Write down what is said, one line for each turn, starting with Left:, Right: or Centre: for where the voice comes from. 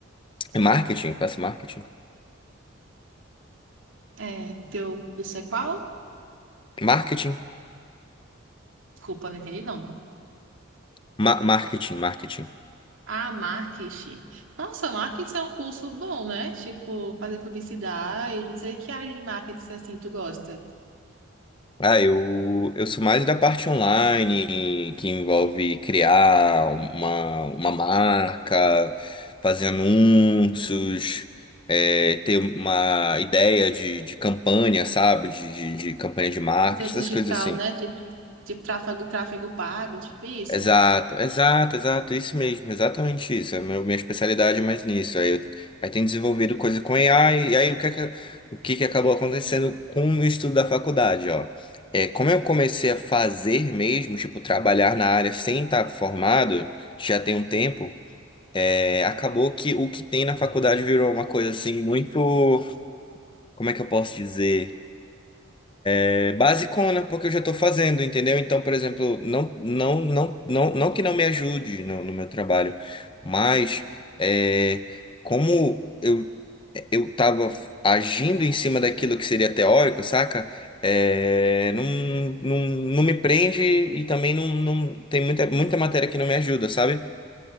Left: É marketing, faço marketing.
Right: É, teu curso é qual?
Left: Marketing,
Right: Desculpa, não entendi não.
Left: ma marketing, marketing.
Right: Ah, marketing. Nossa, marketing é um curso bom, né? Tipo, fazer publicidade, não sei que área de marketing assim tu gosta.
Left: Ah, eu, eu sou mais da parte online, que envolve criar uma, uma marca, fazer anúncios, é, ter uma ideia de, de campanha, sabe? De, de, de campanha de marketing,
Right: Conteúdo
Left: essas
Right: digital,
Left: coisas assim.
Right: né? Tipo, tipo tráfego, tráfego pago, tipo isso.
Left: Exato, exato, exato, isso mesmo, exatamente isso. é A meu- minha especialidade é mais nisso. Aí, eu- aí tem desenvolvido coisa com AI, e aí o que, é que- o que que acabou acontecendo com o estudo da faculdade, ó. É, como eu comecei a fazer mesmo, tipo, trabalhar na área sem estar formado, já tem um tempo, é, acabou que o que tem na faculdade virou uma coisa assim muito, como é que eu posso dizer? É basicona, porque eu já estou fazendo, entendeu? Então, por exemplo, não, não, não, não, não que não me ajude no, no meu trabalho, mas é, como eu eu estava agindo em cima daquilo que seria teórico, saca? É, não, não, não me prende e também não, não tem muita, muita matéria que não me ajuda, sabe?